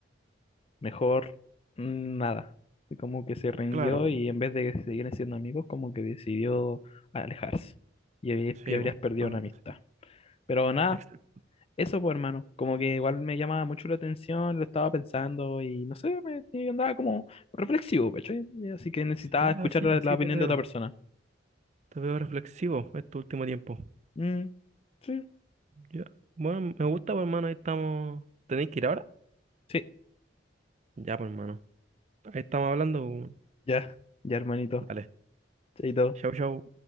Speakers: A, on the left; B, on the right.
A: mejor mm, nada. Y como que se rindió
B: Claro,
A: y en vez de seguir siendo amigos, como que decidió alejarse. Y, habí-
B: sí,
A: y habrías
B: bo,
A: perdido
B: algo
A: una amistad.
B: así.
A: Pero nada.
B: Excel-
A: Eso, pues, hermano, como que igual me llamaba mucho la atención, lo estaba pensando y no sé, me, y andaba como reflexivo, ¿cachai? Y Así que necesitaba
B: sí,
A: escuchar
B: así,
A: la,
B: así
A: la opinión
B: te veo,
A: de otra persona.
B: te veo reflexivo este último tiempo.
A: Mm, sí,
B: Ya, Bueno, me gusta, pues, hermano, ahí estamos. ¿Tenéis que ir ahora?
A: sí,
B: Ya, pues, hermano. Ahí estamos hablando. bo.
A: ya, ya, hermanito.
B: Dale,
A: Chaito.
B: chau, chau.